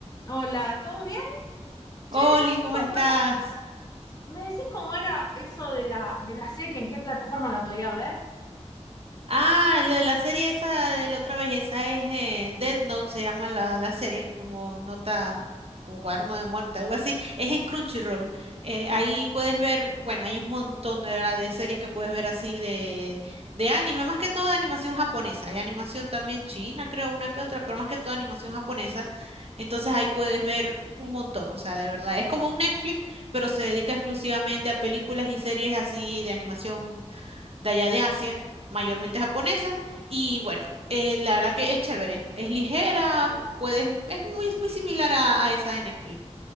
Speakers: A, on the left (about 30°); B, on the right (about 55°).
A: Hola, ¿todo bien? Che,
B: Oli,
A: ¿me decís
B: ¿cómo
A: cómo
B: estás?
A: era? ¿Me decís cómo era eso de la, de la serie? ¿En qué plataforma la podía ver?
B: Ah, lo de la serie esa de la otra vez, esa es eh, Death Note, se llama la, la serie, como nota, como cuaderno de muerte, algo así. Es en Crunchyroll. Eh, ahí puedes ver, bueno, hay un montón de verdad de series que puedes ver así de, de anime, más que todo de animación japonesa. Hay animación también china, creo, una que otra, pero más que todo animación japonesa. Entonces ahí puedes ver un montón, o sea, de verdad. Es como un Netflix, pero se dedica exclusivamente a películas y series así de animación de allá de Asia, mayormente japonesa, y bueno, eh, la verdad que es chévere, es ligera, puedes, es muy, muy similar a, a esa de Netflix,